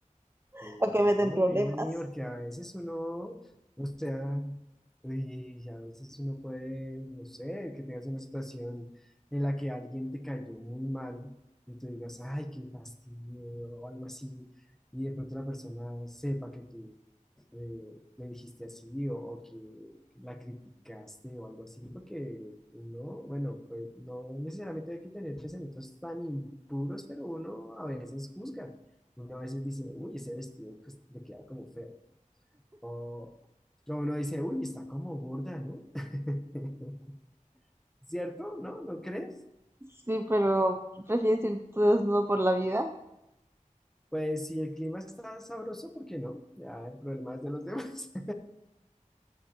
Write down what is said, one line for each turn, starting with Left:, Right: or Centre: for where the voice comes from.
Right: <laughs>
Centre: Verá,
Right: o que me den problemas.
Centre: Melanie, porque a veces uno, o sea, y a veces uno puede, no sé, que tengas una situación en la que alguien te cayó muy mal y tú digas, ay, qué fastidio, o algo así, y de pronto la persona sepa que tú eh, le dijiste así o, o que la criticaste o algo así, porque uno, bueno, pues no necesariamente hay que tener pensamientos tan impuros, pero uno a veces juzga. Uno a veces dice, uy, ese vestido pues, le queda como feo. O o uno dice, uy, está como gorda, ¿no? <laughs> ¿Cierto? ¿No? ¿No crees?
Right: Sí, pero prefieres ir tú desnudo por la vida.
Centre: Pues si el clima está sabroso, ¿por qué no? Ya el problema es de los demás.